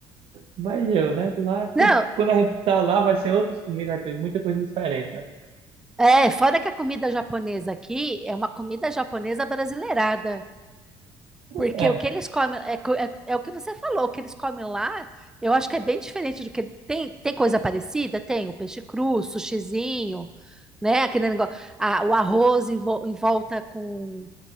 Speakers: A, on the right; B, in the centre.
A: Mas eu, né, lá, tem-
B: Não,
A: quando a gente tá lá, vai ser outras comidas, vai ter muita coisa diferente, né?
B: é, fora que a comida japonesa aqui é uma comida japonesa brasileirada. Porque
A: É,
B: o que eles comem, é, co- é, é o que você falou, o que eles comem lá, eu acho que é bem diferente do que. Tem, tem coisa parecida? Tem o peixe cru, sushizinho, né? Aquele negócio. ah, o arroz em, vol em volta com.